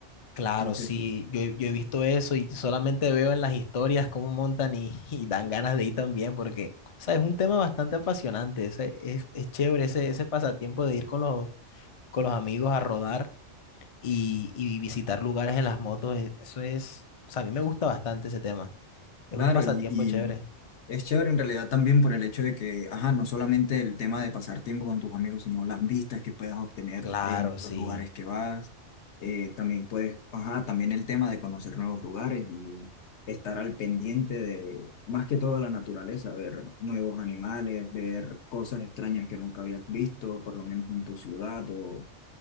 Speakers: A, on the left; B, on the left.
A: Claro,
B: Entonces,
A: sí, yo, he yo he visto eso y solamente veo en las historias cómo montan y, <laughs> y dan ganas de ir también, porque, o sea, es un tema bastante apasionante, ese- es, es chévere ese, ese pasatiempo de ir con los, con los amigos a rodar y, y visitar lugares en las motos, e- eso es, o sea, a mí me gusta bastante ese tema, es
B: claro,
A: un pasatiempo
B: y, y
A: chévere.
B: es chévere en realidad también por el hecho de que, ajá, no solamente el tema de pasar tiempo con tus amigos, sino las vistas que puedes obtener
A: Claro,
B: en
A: sí.
B: los lugares que vas. Eh, también puedes, ajá, también el tema de conocer nuevos lugares y estar al pendiente de, más que todo, la naturaleza, ver nuevos animales, ver cosas extrañas que nunca habías visto, por lo menos en tu ciudad o,